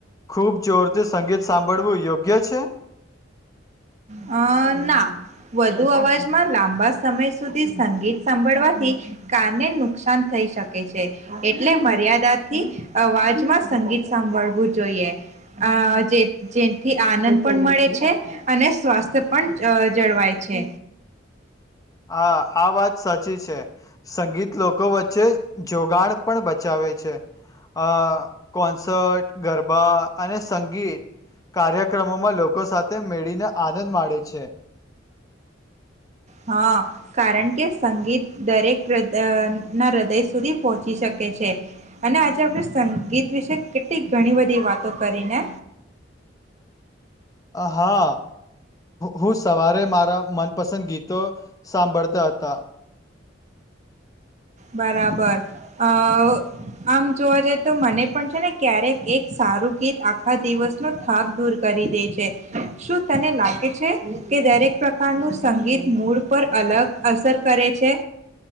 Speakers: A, on the left (about 20°); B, on the right (about 40°).
A: ખૂબ જોરથી સંગીત સાંભળવું યોગ્ય છે
B: મ અ ના. વધુ અવાજમાં લાંબા સમય સુધી સંગીત સાંભળવાથી કને નુકસાન થઈ શકે છે એટલે મર્યાદાથી અવાજમાં સંગીત સાંભળવું જોઈએ જે જેથી આનંદ પણ મળે છે અને સ્વાસ્થ્ય પણ જળવાય છે.
A: હા આ વાત સાચી છે સંગીત લો લોકો વચ્ચે જોગણ પણ બચાવે છે અ કોન્સર્ટ ગરબા અને સંગીત કાર્યક્રમોમાં લોકો સાત તે મેળીને આનંદ માડે છે.
B: હા કારણ કે સંગીત દરેક હ ના હૃદય સુધી પહોંચી શકે છે અને આજે આપણે સંગીત વિશે કેટલી ઘણી બધી વાતો કરીને.
A: હા હું સવારે મારા મનપસંદ ગીતો સાંભળતા હતા.
B: બરાબર અ આમ જોવા જઈ તો મને પણ છે ને ક્યારેક એક સારું ગીત આખા દિવસનો થાક દૂર કરી દે છે શું તને લાગે છે કે દરેક પ્રકારનું સંગીત મૂડ પર અલગ અસર કરે છે.